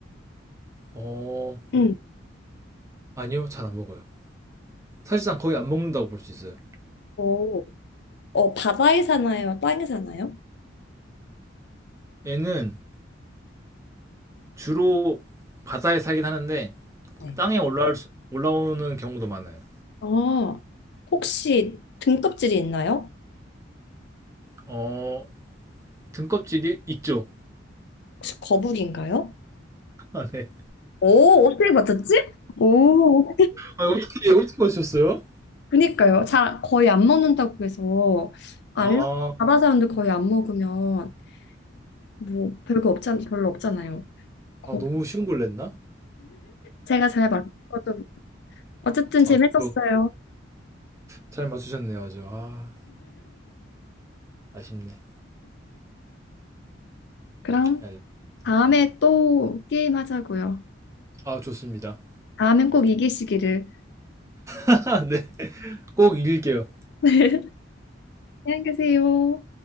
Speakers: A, on the right; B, on the left.
A: 어
B: 음.
A: 아니요 잘 안 먹어요. 사실상 거의 안 먹는다고 볼 수 있어요.
B: 오, 어, 바다에 사나요? 땅에 사나요?
A: 얘는 주로 바다에 살긴 하는데
B: 네.
A: 땅에 올라올 수- 올라오는 경우도 많아요.
B: 아, 혹시 등껍질이 있나요?
A: 어 등껍질이 있죠.
B: 혹시 거북인가요?
A: <laughs> 아 네.
B: 오, 어떻게 맞췄지? 오,
A: 아 어떻게 어떻게 하셨어요?
B: 그니까요. 잘 거의 안 먹는다고 해서 알라
A: 아,
B: 바다 사람들 거의 안 먹으면 뭐 별거 없잖 별로 없잖아요. 거북.
A: 아, 너무 쉬운 걸 냈나?
B: 제가 잘 맞춰서 어쨌든 재밌었어요.
A: 아 그렇죠. 잘 맞추셨네요, 아주. 아, 아쉽네.
B: 그럼.
A: 알겠습니다.
B: 다음에 또 게임 하자고요.
A: 아, 좋습니다.
B: 다음엔 꼭 이기시기를.
A: <laughs> 네. 꼭 이길게요.
B: <laughs> 네. 안녕히 계세요.